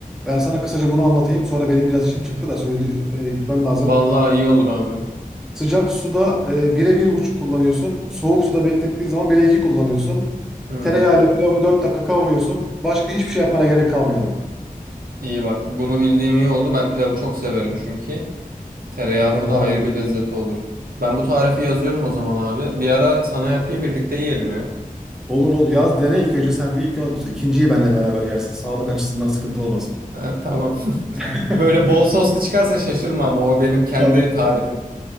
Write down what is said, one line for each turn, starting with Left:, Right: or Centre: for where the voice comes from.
Centre: Ben sana kısaca bunu anlatayım. Sonra benim biraz işim çıktı da söyle, e, gitmem lazım.
Right: Vallahi iyi olur abi.
Centre: Sıcak suda e, bire bir buçuk kullanıyorsun. Soğuk suda beklettiğin zaman 1'e 2 kullanıyorsun.
Right: Hmm.
Centre: Tereyağıyla pilavı 4 dakika kavuruyorsun. Başka hiçbir şey yapmana gerek kalmıyor abi.
Right: İyi bak bunu bildiğim iyi oldu. Ben pilavı çok severim çünkü. Tereyağında
Centre: Ben
Right: da
Centre: de bayılırım.
Right: ayrı bir lezzeti olur. Ben bu tarifi yazıyorum o zaman abi. Bir ara sana yapayım birlikte yiyelim ya.
Centre: Olur ol yaz dene ilk önce sen bir ilk- ikinciyi benle beraber yersin. Sağlık açısından sıkıntı olmasın.
Right: Ha, tamam. <laughs>
Centre: <laughs>
Right: Böyle bol soslu çıkarsa şaşırma ama o benim kendi
Centre: Tamam.
Right: tarifim.